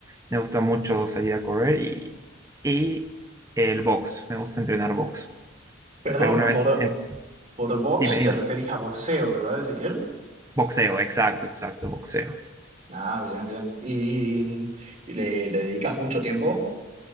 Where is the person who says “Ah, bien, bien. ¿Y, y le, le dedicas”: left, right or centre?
Right